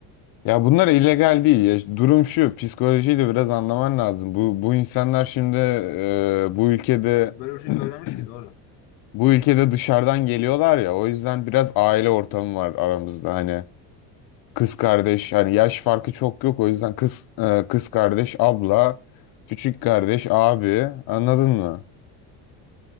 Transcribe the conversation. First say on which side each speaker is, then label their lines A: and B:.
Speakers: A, on the left (about 50°); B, on the left (about 85°).
A: ya bunlar illegal değil. Ya işte durum şu, psikolojiyi de biraz anlaman lazım. Bu bu insanlar şimdi e, bu ülkede
B: Ya, Böyle bir şey
A: <clears throat>
B: görmemiş ki doğru.
A: bu ülkede dışarıdan geliyorlar ya. O yüzden biraz aile ortamı var aramızda hani. kız kardeş hani yaş farkı çok yok o yüzden kız e, kız kardeş abla küçük kardeş abi anladın mı?